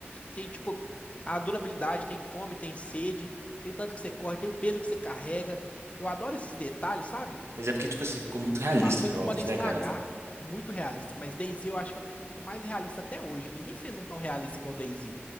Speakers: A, on the left; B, on the right.
A: tem tipo a durabilidade, tem fome, tem sede, tem o tanto que você corre, tem o peso que você carrega. Eu adoro esses detalhes, sabe?
B: mas é porque, tipo assim, ficou muito realista
A: Tipo, as coisas
B: os jogos,
A: podem
B: né,
A: estragar.
B: cara?
A: Muito realista. Mas DayZ eu acho que é o mais realista até hoje. Ninguém fez um tão realista igual DayZ.